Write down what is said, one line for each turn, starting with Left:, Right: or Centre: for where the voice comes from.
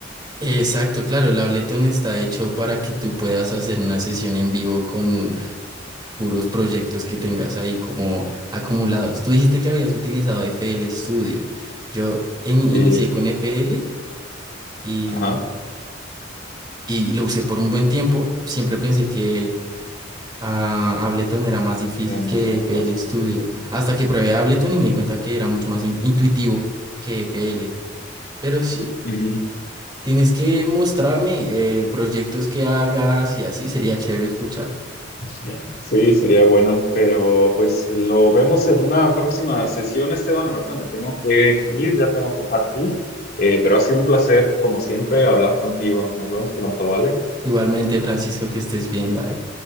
Right: Exacto, claro, el Ableton está hecho para que tú puedas hacer una sesión en vivo con puros proyectos que tengas ahí como acumulados. Tú dijiste que habías utilizado F L Studio. Yo in- inicié
Left: Sí,
Right: con F L y,
Left: ajá,
Right: y lo usé por un buen tiempo. Siempre pensé que ah, Ableton era más difícil
Left: era lo
Right: que
Left: más
Right: F
Left: fácil.
Right: L Studio.
Left: ajá, sí.
Right: Hasta que probé Ableton y me di cuenta que era mucho más in- intuitivo que F L. Pero sí,
Left: Ujú.
Right: tienes que mostrarme eh, proyectos que hagas y así sería chévere escuchar.
Left: Ya, Sí, sería bueno, pero pues lo vemos en una próxima sesión, Esteban. Ahorita me tengo que ir, ya tengo que partir, Eh, pero ha sido un placer, como siempre, hablar contigo. Nos vemos pronto, ¿vale?
Right: Igualmente, Francisco, que estés bien, bye.